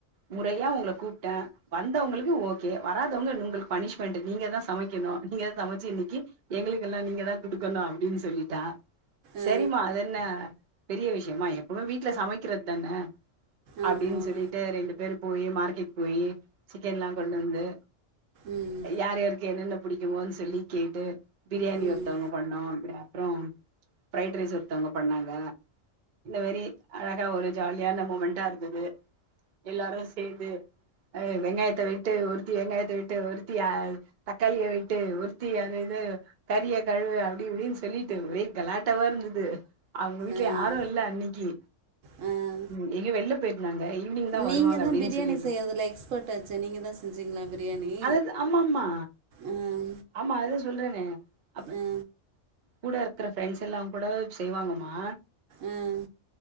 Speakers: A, on the right (about 50°); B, on the right (about 80°).
A: முறையா உங்கள கூப்ட்டே வந்தவங்களுக்கு ஓகே வராதவங்க உங்களுக்கு பனிஷ்மென்ட் நீங்கதா சமைக் ணும் நீங்க சமைச்சு இன்னைக்கு எங்களுக்கெல்லா நீங்கதா குடுக்கணு அப்டின்னு சொல்லிட்டா சரிமா
B: ஆ
A: அது என்ன பெரிய விஷயமா எப்பவுமே வீட்டுல சமைக்கிறது தானே அப்டின்னு
B: ஆமாம்
A: சொல்லிட்டு ரெண்டு பேரு போயி மார்க்கெட் போயி சிக்கன்ல்லா கொண்டு வந்து
B: ம்
A: யார் யாருக்கு என்னென்ன பிடிக்குமோ சொல்லி கேட்டு பிரியாணி
B: ம்
A: ஒருத்தவங்க பண்ணோ அப்றோ ஃப்ரைட் ரைஸ் ஒருத்தவங்க பண்ணாங்க இந்த மாரி அழகா ஒரு ஜாலியான மூமெண்ட்டா இருந்தது எல்லாரு சேந்து வெங்காயத்த வெட்டு ஒருத்தி வெங்காயத்த வெட்டு ஒருத்தி கறிய வெட்டு ஒருத்தி அத இது கறிய கழுவு அப்டி இப்டின்னு சொல்லிட்டு ஒரே கலாட்டாவா இருந்தது அவுங்க வீட்ல
B: ம்
A: யாரு இல்ல இன்னைக்கு
B: ஆ ஆ
A: நீ வெள் ளிய போயிருந்தாங்க ஈவ்னிங்தா
B: நீங்க
A: வருவாங்க அப்டின்னு
B: தான் பிரியாணி
A: சொல்லிருந்தாங்க
B: செய்யறதுல எக்ஸ்பர்ட் ஆச்சே நீங்க தான் செஞ்சீங்களா பிரியாணி
A: அதுதா அம்மம்மா
B: ஆ
A: ஆமா அதா சொல்றன்னே அப்ப
B: ஆ
A: கூட இருக்குற ஃப்ரெண்ட்ஸ் எல்லா கூட செய்வாங்கமா
B: ஆ